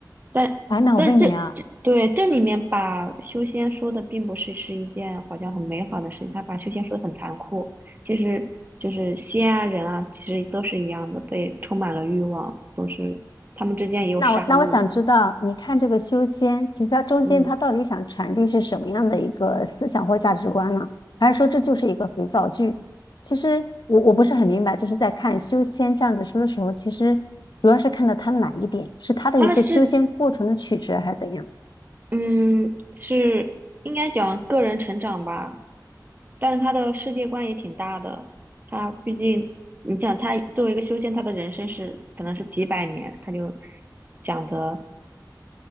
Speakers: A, on the right; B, on the left.
A: 但但这这对这里面把修仙说的并不是是一件好像很美好的事情，
B: 哎，那我问你啊，
A: 他把修仙说的很残酷，其实就是仙啊人啊，其实都是一样的，被充满了欲望，都是他们之间也有杀戮。
B: 那我那我想知道，你看这个修仙，其实它中间它到底想传递是什么样的一个思想或价值观呢？
A: 嗯，
B: 还是说这就是一个肥皂剧？其实我我不是很明白，就是在看修仙这样子书的时候，其实主要是看到它哪一点，是它的一个修仙过程的曲折，
A: 他的是
B: 还是怎样？
A: 嗯是应该讲个人成长吧，但是他的世界观也挺大的，他毕竟你想他作为一个修仙，他的人生是可能是几百年，他就讲的。